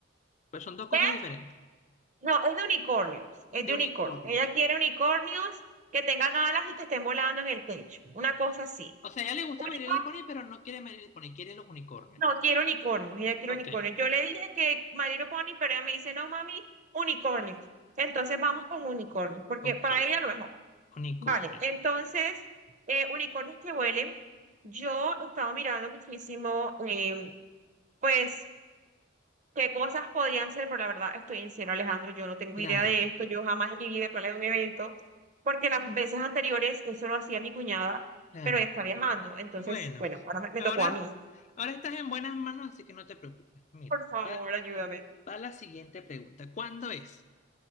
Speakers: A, on the left; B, on the right.
A: Pues son dos cosas
B: ¿Qué?
A: diferentes.
B: No, es de unicornios, es
A: De
B: de unicornios.
A: unicornios.
B: Ella quiere unicornios que tengan alas y que estén volando en el techo, una cosa así.
A: O sea, ya le gusta
B: Unicornio,
A: My Little Pony, pero no quiere My Little Pony, quiere los unicornios.
B: no, quiero unicornios, ella quiere
A: Ok,
B: unicornios. Yo le dije que My Little Pony, pero ella me dice, no, mami, unicornios. Entonces vamos con unicornios, porque
A: ok.
B: para ella lo mejor.
A: Unicornios.
B: Vale, entonces, eh, unicornios que huelen. Yo he estado mirando muchísimo, em, pues qué cosas podían ser, pero la verdad estoy en cero, Alejandro, yo no tengo
A: Claro,
B: idea de esto, yo jamás en mi vida he planeado un evento, porque las veces anteriores eso lo hacía mi cuñada,
A: claro.
B: pero ella está viajando, entonces,
A: Bueno,
B: bueno, ahora me, me
A: ahora,
B: tocó a mí.
A: ahora estás en buenas manos, así que no te preocupes. Mira,
B: Por favor,
A: va,
B: ayúdame.
A: va la siguiente pregunta. ¿Cuándo es?